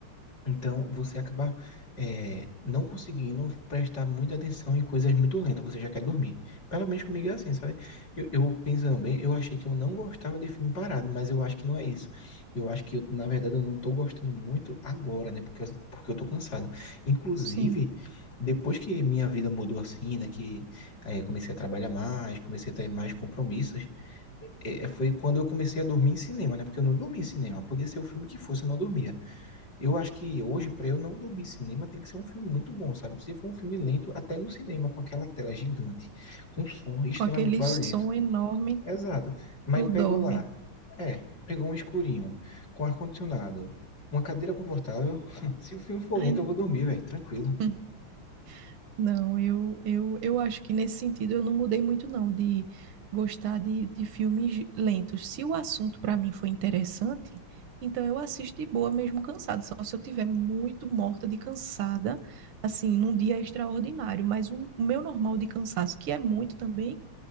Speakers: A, on the left; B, on the right.
A: então você acaba eh, não conseguindo prestar muita atenção em coisas muito lentas, você já quer dormir. Pelo menos comigo é assim, sabe? Eu, eu pensando bem, eu achei que eu não gostava de filme parado, mas eu acho que não é isso. Eu acho que, eu, na verdade, eu não tô gostando muito agora, né? Porque, porque eu tô cansado. Inclusive,
B: Sim.
A: depois que minha vida mudou assim, né? Que eh, comecei a trabalhar mais, comecei a ter mais compromissos, é, é, foi quando eu comecei a dormir em cinema, né? Porque eu não dormia em cinema. Podia ser o filme que fosse, eu não dormia. Eu acho que hoje, para eu não dormir em cinema, tem que ser um filme muito bom, sabe? Se for um filme lento, até no cinema, com aquela tela gigante, com um som extremamente
B: Com aquele
A: barulhento.
B: som enorme,
A: Exato. Mas
B: tu dorme.
A: pegou lá. É, pegou um escurinho, com ar-condicionado, uma cadeira confortável. <laughs> Se o filme for
B: Ai,
A: lento,
B: n-
A: eu vou dormir, velho, tranquilo.
B: <laughs> não, eu, eu, eu acho que nesse sentido eu não mudei muito, não, de gostar de, de filmes lentos. Se o assunto pra mim foi interessante, então eu assisto de boa, mesmo cansada. Só se eu tiver muito morta de cansada, assim, num dia extraordinário. Mas o, o meu normal de cansaço, que é muito também.